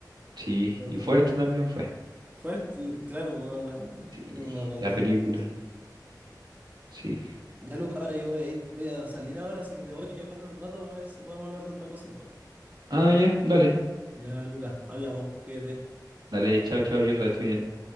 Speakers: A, on the right (about 75°); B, on the right (about 25°).
A: Sí,
B: qué loco.
A: y fuerte también fue.
B: Fuerte, claro, fue una,
A: Sí,
B: una realidad.
A: la película.
B: sí.
A: Sí.
B: Ya, Luca, ahora yo voy a ir- voy a salir ahora, así que te voy a llamar en un rato para ver si podemos hablar de otra cosita.
A: Ah, ya, dale.
B: Ya, Luca, hablamos, cuídate.
A: Dale, chao, chao, yo estoy
B: Chao. chao.
A: bien.